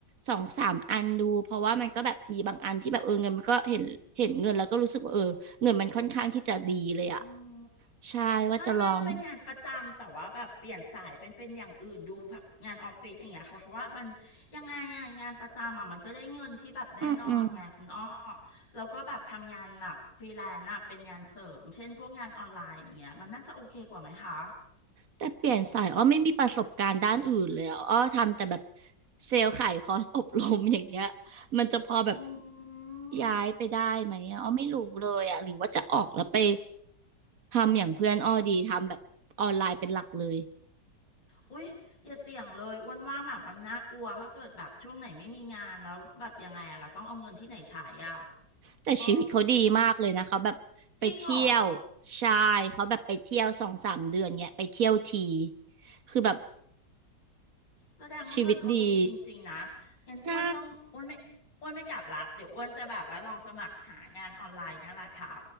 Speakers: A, on the right; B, on the left.
A: สองสามอันดูเพราะว่ามันก็แบบมีบางอันที่แบบเออเงินมันก็เห็นเห็นเงินแล้วก็รู้สึกว่าเออเงินมันค่อนข้างที่จะดีเลยอะ
B: อืม
A: ใช่ว่าจะลอง
B: ไม่ไม่เป็นงานประจำแต่ว่าแบบเปลี่ยนสายเป็นเป็นอย่างอื่นดูแบบงานออฟฟิศอย่างเงี้ยค่ะเพราะว่ามันยังไงอ่ะงานประจำอ่ะมันก็ได้เงินที่แบบแน่นอนไงคุณอ้อ
A: อืมอืม
B: แล้วก็แบบทำงานแบบฟรีแลนซ์อะเป็นงานเสริมเช่นพวกงานออนไลน์อย่างเงี้ยมันน่าจะโอเคกว่าไหมคะ
A: แต่เปลี่ยนสายอ้อไม่มีประสบการณ์ด้านอื่นเลยอะอ้อทำแต่แบบเซลล์ขายคอร์สอบรมอย่างเงี้ยมันจะพอแบบ
B: อื
A: ย้ายไปได้ไหมอะอ้อไม่รู้เลยอะหรือว่าจะออกแล้วไป
B: ม
A: ทำอย่างเพื่อนอ้อดีทำแบบออนไลน์เป็นหลักเลย
B: อุ๊ยอย่าเสี่ยงเลยอ้วนว่าแบบมันน่ากลัวถ้าเกิดแบบช่วงไหนไม่มีงานแล้วแบบยังไงอ่ะเราต้องเอาเงินที่ไหนใช้อ่ะ
A: แต่ชีวิตเขาดีมากเลยนะเขาแบบไปเที่ยว
B: เออจริงเหรอ
A: ใช่เขาแบบไปเที่ยวสองสามเดือนเงี้ยไปเที่ยวทีคือแบบ
B: แสดงว่าเงินเขาดีจริงๆนะ
A: ชีวิตดี
B: งั้นอ้วนต้องอ้วนไม่อ้วนไม่กลับละเดี๋ยวอ้วนจะแบบว่าลองสมัครหางานออนไลน์นี่แหละทำ
A: ใช่